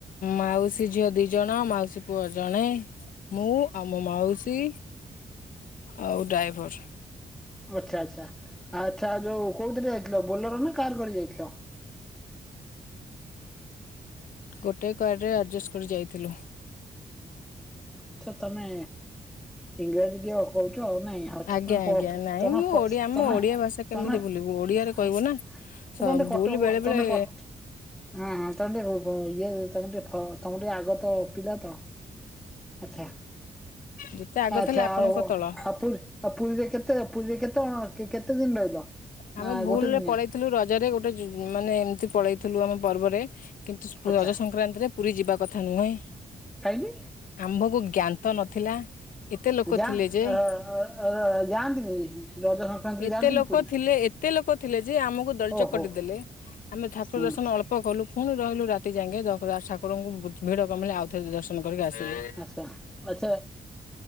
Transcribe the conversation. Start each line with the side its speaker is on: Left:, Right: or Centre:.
Left: ମାଉସୀ ଝିଅ ଦି ଜଣ ମାଉସୀ ପୁଅ ଜଣେ ମୁଁ ଆଉ ମୋ ମାଉସୀ। ଆଉ ଡ୍ରାଇଭର
Centre: ଆଛା ଆଛା। ଆଚ୍ଛା ଯୋଉ କୋଉଥିରେ ଯାଇଥିଲ ବୋଲେର ନା କାର୍ କରି ଯାଇଥିଲ?
Left: ଗୋଟେ କାରରେ ଆଡ଼ଜଷ୍ଟ କରି ଯାଇଥିଲୁ।
Centre: ଆଛା ତମେ ଇଂରାଜୀ ଦିଅ କହୁଛ ଆଉ ନାଇଁ ଆଚ୍ଛା
Left: ଆଜ୍ଞା
Centre: ତମେ ପ
Left: ଆଜ୍ଞା ନାଇଁ
Centre: ତମେ
Left: ମୁଁ
Centre: ପସ
Left: ଓଡ଼ିଆ ଆମ
Centre: ତମେ
Left: ଓଡିଆ ଭାଷା କେମିତି
Centre: ତମେ
Left: ଭୁଲିବୁ ଓଡିଆରେ
Centre: ଆ
Left: କହିବୁ ନା
Centre: ତମେ
Left: ସ
Centre: ଟିକେ କଟକ
Left: ଭୁଲ ବେଳେ
Centre: ତମେ
Left: ବେଳେ
Centre: କ ହଁ ହଁ ତମେ ଟିକେ ବ ଇଏ ତମେ ଟିକେ ଫ ତମେ ଟିକେ ଆଗ ତ ପିଲା ତ ଆଚ୍ଛା।
Left: ଯେତେ ଆଗ
Centre: ଆଚ୍ଛା
Left: ଥିଲେ ଆପଣଙ୍କ
Centre: ଆଉ
Left: ତଳ
Centre: ଆଉ ପୁରୀ ପୁରୀରେ କେତେ କେତେ ପୁରୀରେ କେତେ କଣ କେତେ ଦିନ ରହିଲ? ନା
Left: ଆମେ ଭୁଲରେ
Centre: ଗୋଟେ ଦିନିଆ
Left: ପଳେଇଥିଲୁ ରଜରେ ଗୋଟେ ଜି ମାନେ ଏମିତି ପଳେଇ ଥିଲୁ ଆମେ। ପର୍ବରେ କିନ୍ତୁ
Centre: ଆଚ୍ଛା
Left: ରଜ ସଂକ୍ରାନ୍ତିରେ ପୁରୀ ଯିବା କଥା ନୁହେଁ।
Centre: କାହିଁକି?
Left: ଆମ୍ଭକୁ ଜ୍ଞା ତ ନଥିଲା। ଏତେ ଲୋକ
Centre: ଯାଆନ୍ତି
Left: ଥିଲେ ଯେ
Centre: ଅ-ଅ-ଅ-ଅ ଯାଆନ୍ତିନି ରଜ ସଂକ୍ରାନ୍ତିରେ
Left: ଏତେ
Centre: ଯାଆନ୍ତିନି। ପୁରୀ?
Left: ଲୋକ ଥିଲେ ଏତେ ଲୋକ ଥିଲେ ଯେ ଆମକୁ ଦଳିଚକଟି
Centre: ଓହୋ
Left: ଦେଲେ ଆମେ ଠାକୁର
Centre: ହୁଁ
Left: ଦର୍ଶନ ଅଳ୍ପ କଲୁ। ପୁଣି ରହିଲୁ ରାତି ଯାଙ୍କେ ଜଗନ୍ନାଥ ଠାକୁରଙ୍କୁ ବୁଝ୍ ଭିଡ଼ କମିଲେ ଆଉଥରେ ଦର୍ଶନ କରିକି ଆସିବି।
Centre: ଆଛା ଆଛା